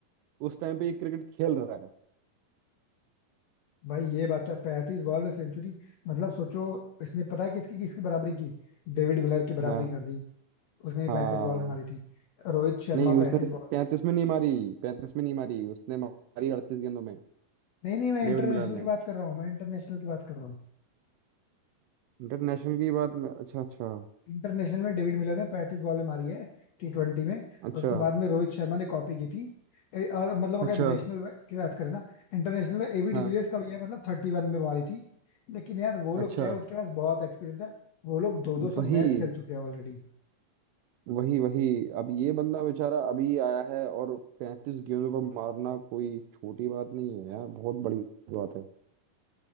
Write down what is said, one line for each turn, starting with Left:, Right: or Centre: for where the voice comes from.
Right: उस टाइम पे ये क्रिकेट खेल रहा है
Left: भाई ये बात तो है पैंतीस बॉल में सेंचुरी मतलब सोचो इसने पता है किसकी किसकी बराबरी की डेविड मिलर की बराबरी
Right: <laughs> हाँ
Left: कर दी उसने
Right: हाँ
Left: पैंतीस बॉल में मारी थी रोहित शर्मा
Right: नहीं उसने
Left: पैंतीस बॉल
Right: पैंतीस में नहीं मारी पैंतीस में नहीं मारी उसने मारी अड़तीस गेंदों में
Left: नहीं नहीं मैं
Right: डेविड
Left: इंटरनेशनल
Right: मिलर ने
Left: की बात कर रहा हूँ मैं इंटरनेशनल की बात कर रहा हूँ
Right: इंटरनेशनल की बात में अच्छा अच्छा
Left: इंटरनेशनल में डेविड मिलर ने पैंतीस बॉलें मारी है टी ट्वेंटी में और
Right: अच्छा
Left: उसको बाद में रोहित शर्मा ने कॉपी की थी ए- और मतलब अगर
Right: अच्छा
Left: नेशनल की बात करें ना इंटरनेशनल में एबी डिविलियर्स
Right: हाँ
Left: का भी है मतलब थर्टी वन में मारी थी लेकिन यार वो लोग
Right: अच्छा
Left: क्या है उनके पास बहुत एक्सपीरियंस है वो लोग दो दो सौ
Right: वही
Left: मैच खेल चुके हैं ऑलरेडी
Right: वही वही अब ये बंदा बेचारा अभी आया है और पैंतीस गेंदों पर मारना कोई छोटी बात नहीं है यार बहुत बड़ी बात है